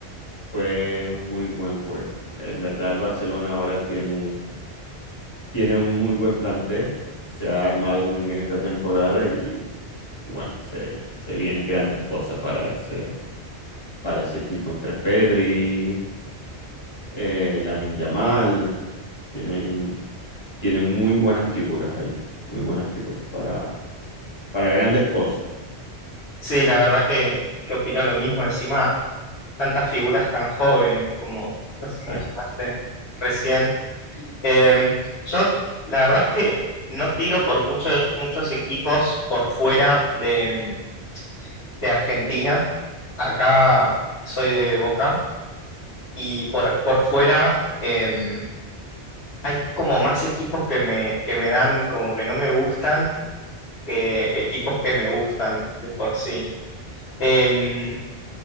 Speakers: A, on the left; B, on the left.
A: fue un muy buen juego. En verdad, el Barcelona ahora tiene tiene un muy buen plantel, se ha armado muy bien esta temporada y, y bueno, se, se vienen grandes cosas para ese, para ese equipo entre Pedri, eh, Lamine Yamal, tienen, tienen muy buenas figuras ahí, muy buenas figuras para, para grandes cosas.
B: Sí, la verdad que, que opino lo mismo. Encima, tantas figuras tan jóvenes como los
A: Exacto.
B: que mencionaste recién. Em, yo, la verdad es que no tiro por mucho- muchos equipos por fuera de, de Argentina. Acá soy de Boca y por, por fuera em, hay como más equipos que me, que me dan como que no me gustan que equipos que me gustan de por sí. Em,